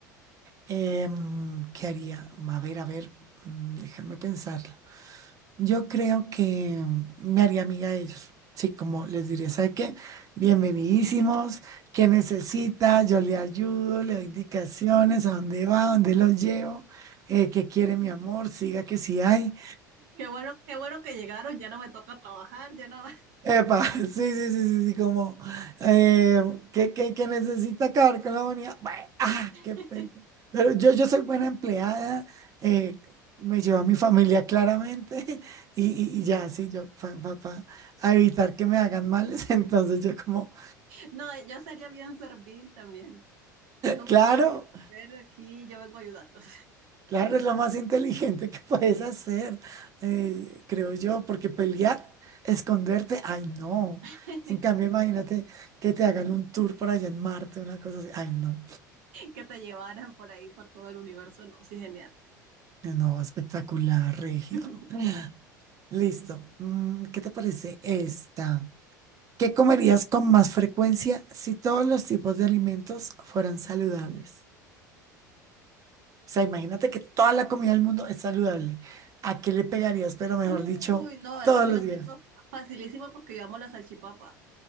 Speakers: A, on the right; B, on the right.
A: em, ¿qué haría? A ver, a ver, mm, déjame pensarlo. Yo creo que me haría amiga de ellos. Sí, como les diría, ¿sabe qué? Bienvenidísimos, ¿qué necesita? Yo le ayudo, le doy indicaciones, a dónde va, a dónde los llevo, eh, qué quiere mi amor, siga que sí hay.
B: Qué bueno, qué bueno que llegaron, ya no me toca trabajar, ya no.
A: Epa, <laughs> sí, sí, sí, sí, sí, como eh, que, que, que necesita acabar con la bonita. ah, qué
B: <laughs>
A: pena. Pero yo, yo soy buena empleada, eh, me llevo a mi familia claramente <laughs> y, y- y ya, sí, yo, pa, pa- pa, a evitar que me hagan males. <laughs> Entonces yo como,
B: No, yo sería bien servil también. No
A: claro,
B: me maten, ver aquí, yo vengo a ayudarlos.
A: claro, es lo más inteligente que puedes hacer, eh, creo yo, porque pelear, esconderte, ay, no.
B: <laughs>
A: En cambio, imagínate que te hagan un tour por allá en Marte, una cosa así, ay, no.
B: Que te llevaran por ahí, por todo el universo, no, sí, genial.
A: Eh, No, espectacular, Regio.
B: <laughs>
A: <laughs> Listo. Mm, ¿Qué te parece esta? ¿Qué comerías con más frecuencia si todos los tipos de alimentos fueran saludables? O sea, imagínate que toda la comida del mundo es saludable. ¿A qué le pegarías, pero mejor
B: Uy,
A: dicho,
B: no, esa
A: todos
B: sí
A: los
B: la tengo
A: días?
B: facilísima porque yo amo la salchipapa.